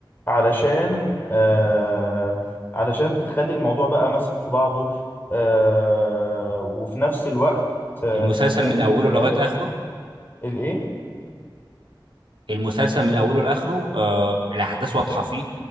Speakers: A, on the left; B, on the right.
A: علشان آه، علشان بتخلي الموضوع بقى ماسك في بعضه آه، وفي نفس الوقت آه،
B: المسلسل
A: بتخلي
B: من اوله
A: الكلام
B: لغايه اخره
A: الايه
B: المسلسل من اوله لاخره آه الاحداث واضحه فيه